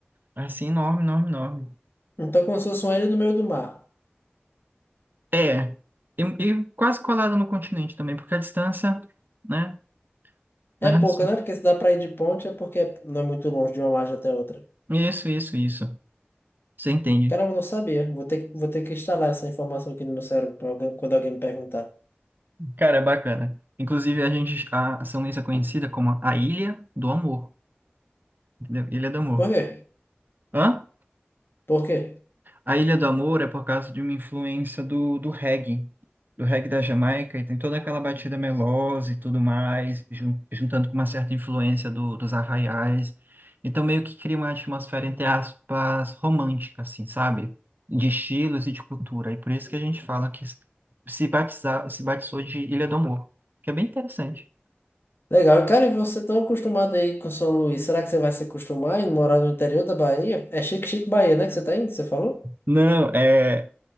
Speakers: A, on the right (about 55°); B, on the left (about 70°).
A: É Assim, enorme, enorme, enorme.
B: Então, como se fosse uma ilha no meio do mar.
A: É, e, e quase colada no continente também, porque a distância, né? Mas,
B: É pouca,
A: assim,
B: né? Porque se dá pra ir de ponte, é porque não é muito longe de uma margem até outra.
A: isso, isso, isso. Você entende.
B: Caramba, eu não sabia. Vou ter, que- vou ter que instalar essa informação aqui no meu cérebro pra alguém- quando alguém me perguntar.
A: Cara, é bacana. Inclusive, a gente, a São Luís é conhecida como a Ilha do Amor, entendeu? Ilha do Amor.
B: Por quê?
A: Hã?
B: Por quê?
A: A Ilha do Amor é por causa de uma influência do, do reggae, do reggae da Jamaica, e tem toda aquela batida melosa e tudo mais, jun- juntando com uma certa influência do- dos arraiais. Então, meio que cria uma atmosfera, entre aspas, romântica, assim, sabe? De estilos e de cultura. E por isso que a gente fala que se batizar, se batizou de Ilha do Amor, que é bem interessante.
B: Legal. Cara, e você tão acostumado aí com São Luís, será que você vai se acostumar em morar no interior da Bahia? É Chique Chique Bahia, né, que você tá indo, você falou?
A: Não, é